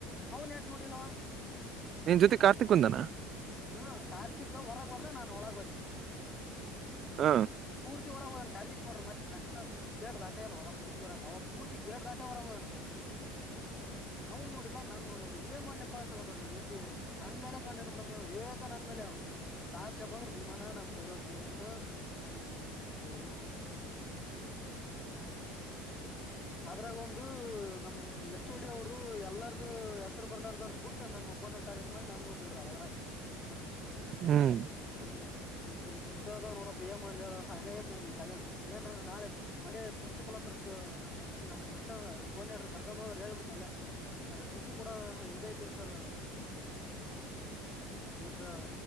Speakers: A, on the left; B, on the right.
A: ಅವನ್ ಯಾಕ ನೋಡಿಲ್ಲವ
B: ನಿನ್ ಜೊತೆ ಕಾರ್ತಿಕ್ ಬಂದನಾ
A: ಹ್ಮ್ ಕಾರ್ತಿಕ್ ಹೊರಗ ಬಂದ ನಾನ್ ಒಳಗ ಹೋದ್ಯನಾ
B: ಹ್ಮ
A: ಪೂರ್ತಿ ವರಗ್ ಹಿಗ್ಯಾನ್ ಕಾರ್ತಿಕ್ ನೋಡಿರೆ ಮತ್ತೆ ಗೇಟ್ ದಾಟ ಅಲ್ ಹೊರ ಪೂರ್ತಿವರಗೆ ಅವ ಪೂರ್ತಿ ಗೇಟ್ ದಾಟೆ ಹೊರಾಹೋಗ್ಯಾನ ಅವನ್ ನೋಡಿಲ್ಲಾ ನಾನ್ ನೋಡಣ ಏನ್ ಮಾಡ್ಲಪ್ ನ್ಸ್ಗತ್ರಿ ಎಲ್ಲಿ ನನ್ಲೆಮೇ ಕಣ್ಣಿಟ್ತ್ಬುಟ್ಟನ ಏಕ ನನ್ ಮೇಲೆ ಕ್ಲಾಸ್ ಅಗ ಬಂದ್ರ ಭಮಾನ ನಮ್ ಫೇವ್ರೇಟ್ ಸ್ಟೂಡೆಂಟ್ ಅಂಗ <unintelligible> ಅದ್ರಾಗ ಒಂದು ನಮ ಎಚ್ ಓಡಿ ಅವರು ಎಲ್ಲರದು ಅದು ಹೆಸರು ಬರ್ಲಾರದನ್ ಬಿಟ್ಟು ನನ್ನ ಒಬ್ಬನ್ನ ಟಾರ್ಗೆಟ್ ಮಾಡಿ ನಂದ ಒಂದ್ಡ್ದಾಳ ಅದ್ರಗ
B: ಹ್ಮ್
A: ಹ ಇಂತ ಅದ್ ನೋಡ ಏನ್ ಮಾಡ್ಲಿ ಹೇಳ್ ಸಾಕಾಗೈತಿ ನಂಗ್ ಇ ಕಾಲೇಜು ಮಂಡೆ ಪ್ರಿನ್ಸಿಪಾಲ್ ಹತ್ರ ಸ ನಮ್ಮ ನಮ್ಮ ಮೆಂಟರ್ ಅಲ್ಲ ಕೋರ್ಡಿನೇಟರ್ ಕರ್ಕೊಂಡ್ ಹೋದ್ರ ಹೇಳ್ಬಿಡ್ತನ್ ಅಲ್ಲೇ ಸರ್ ಟಿ ಸಿ ಕೊಡ ಇದಐತಿನ್ ಸರ್ ಏನ್ರ